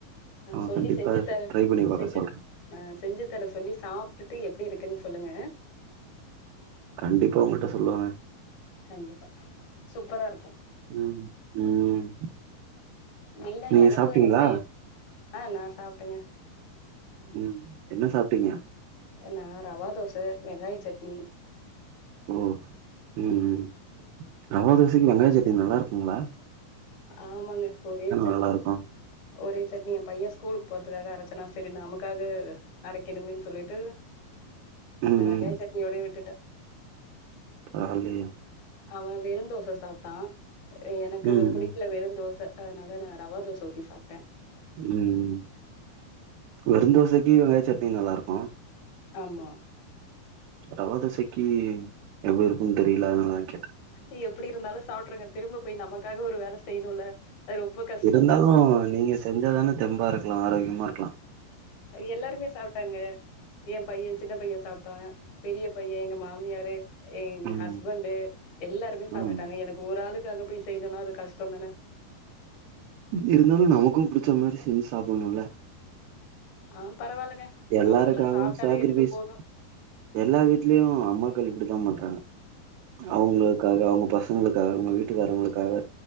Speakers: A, on the right (about 80°); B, on the left (about 70°).
A: ஆ
B: சொல்லி
A: கண்டிப்பா
B: செஞ்சு தர
A: ட்ரை பண்ணி பாக்க
B: செஞ்சு
A: சொல்ற
B: ஆ செஞ்சு தர சொல்லி சாப்டுட்டு எப்டி இருக்குனு சொல்லுங்க
A: கண்டிப்பா உங்கள்ட்ட சொல்லுவங்க
B: கண்டிப்பா சூப்பரா இருக்கு
A: ம். ம்.
B: மெய்னா
A: நீங்க
B: எனக்கு
A: சாப்ட்டீங்களா?
B: என் பையன் ஆ நா சாப்டங்க
A: ம் என்ன சாப்டீங்க
B: நா ரவா தோச வெங்காய சட்னி
A: ஓ ம் ம் ரவா தோசைக்கு வெங்காய சட்னி நல்லா இருக்குங்ளா
B: ஆமாங்க ஒரே சட்
A: நல்லாருக்கும்.
B: ஒரே சட்னி என் பையன் ஸ்கூலுக்கு போறதுக்காக அரச்சனா செரி நமக்காக அரைக்கணுமேன் சொல்லிட்டு
A: ம்,
B: நா வெங்காய
A: ம்.
B: சட்னியோட விட்டுட்ட
A: ஆலே
B: அவன் வெறு தோச சாப்ட்டான் எனக்கு
A: ம்,
B: புடிக்
A: ம்.
B: ல்ல வெறு தோச அதனால நா ரவா தோச ஊத்தி சாப்ட்ட
A: ம் வெறு‌ தோசைக்கு வெங்காய சட்னி நல்லா இருக்கு
B: ஆமா
A: ரவா தோசைக்கி எப் இருக்குனு தெரில அதனாலதா கேட்
B: நீ எப்படி இருந்தாலு சாப்டுருங்க திரும்ப போய் நமக்காக ஒரு வேல செய்ணுல அது ரொம்ப கஷ்டோ
A: இருந்தாலு நீங்க செஞ்சாதான தெம்பா இருக்லா ஆரோக்கியமா இருக்லா
B: எல்லாருமே சாப்ட்டாங்க என் பையன் சின்ன பையன் சாப்ட்டான் பெரிய பையன் எங்க மாமியாரு எங்
A: ம்
B: ஹஸ்பண்டு எல்லாருமே சாப்டுட்டாங்க
A: ம்
B: எனக் ஒரு ஆளுக்காக போய் செய்ணுன்னா அது கஷ்ட தான
A: இருந்தாலு நமக்கும் புடிச்ச மாரி செஞ்சு சாப்புணுல்ல
B: ஆ பரவால்லங்க
A: எல்லாருக்காகவும்
B: அவுங்கல்லா சாப்ட்டாலே
A: சேக்ரிஃபைஸ்
B: எனக்கு போது
A: எல்லா வீட்லயு அம்மாக்கள் இப்டிதாபண்றாங்க அவுங் க்காக அவுங்க பசங்களுக்காக அவுங்க வீட்டுக்காரங்களுக்காக